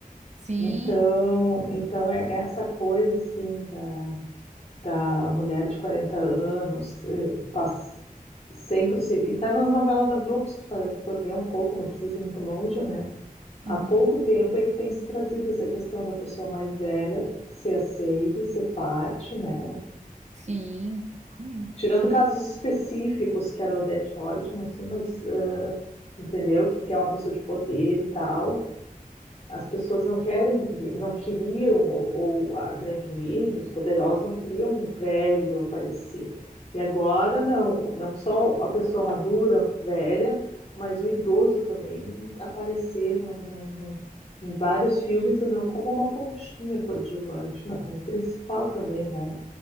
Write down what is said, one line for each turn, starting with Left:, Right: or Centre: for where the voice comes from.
Right: Sim,
Left: Então, então é essa coisa assim da, da mulher de 40 anos, eh, pass- sempre se e tá nas novelas da Globo, se tu for, for ver um pouco, não precisa ir muito longe, né? Há
Right: uhum.
Left: pouco tempo é que tem se trazido essa questão da pessoa mais velha ser aceita e ser parte, né?
Right: Sim, totalmente,
Left: Tirando casos específicos, que era o Odete Roitman, assim, mas eh, entendeu que é uma pessoa de poder e tal. as pessoas não querem, não queriam, ou, ou a grande mídia, os poderosos não queriam um velho aparecer. E agora não, não só a pessoa madura, velha, mas o idoso também aparecer no, no- no- em vários filmes,
Right: totalmente.
Left: não como uma pontinha coadjuvante, não como principal também, né?